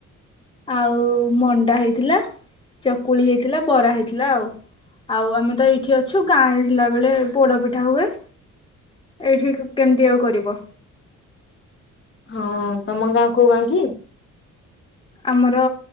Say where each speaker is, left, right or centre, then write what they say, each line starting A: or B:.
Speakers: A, on the left (about 15°); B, on the left (about 40°).
A: ଆଉ ମଣ୍ଡା ହେଇଥିଲା, ଚକୁଳି ହେଇଥିଲା, ବରା ହେଇଥିଲା, ଆଉ ଆଉ ଆମେ ତ ଏଇଠି ଅଛୁ ଗାଁରେ ଥିଲାବେେଳେ ପୋଡ଼ପିଠା ହୁଏ। ଏଇଠି କେମିତି ଆଉ କରିବ?
B: ହଁ ତମ ଗାଁ କୋଉ ଗାଁ କି?
A: ଆମର